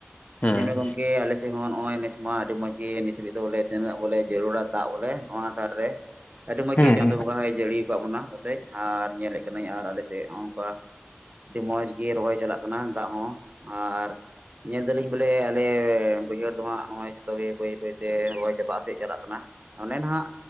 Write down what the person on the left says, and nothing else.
ᱦᱩᱸ
ᱦᱮᱸ
ᱦᱮᱸ